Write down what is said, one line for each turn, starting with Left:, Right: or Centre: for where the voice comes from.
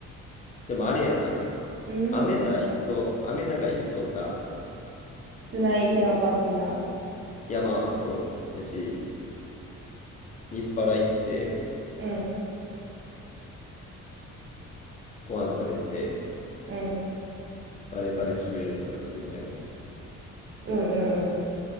Left: でもあれやな。
Right: う。うん
Left: 雨なら一層、雨なら一層さ、
Right: 室内テーマパーク的な
Left: いやまあそう。やし、日払行って、
Right: うん、
Left: ご飯食べて、
Right: うん、
Left: バレバレ締めるとかでも全然
Right: うん、うん、